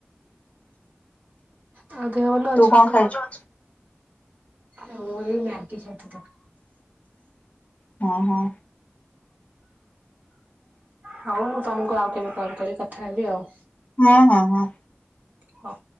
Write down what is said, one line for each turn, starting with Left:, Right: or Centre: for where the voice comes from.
Right: ଆଉ ଦେହ ଭଲ ଅଛି?
Left: ତୁ କଣ ଖାଇଛୁ?
Right: ମୁଁ ଏଇ ମ୍ୟାଗି ଖାଇଥିଲି।
Left: ହଁ ହଁ।
Right: ହଉ ମୁଁ ତମକୁ ଆଉ କେବେ କଲ କରି କଥା ହେବି ଆଉ।
Left: ହଁ ହଁ ହଁ।
Right: ହଉ।